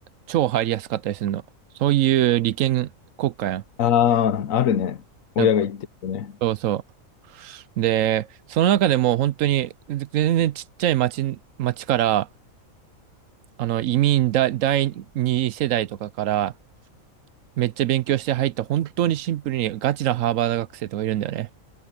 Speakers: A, on the right; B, on the left.
A: 超入りやすかったりするの。そういう利権国家やん。
B: ああ、あるね。親が言ってるね。
A: やっぱそうそう。で、その中でも本当に全然ちっちゃい町、町から、あの、移民だ、第二世代とかからめっちゃ勉強して入った本当にシンプルにガチなハーバード学生とかいるんだよね。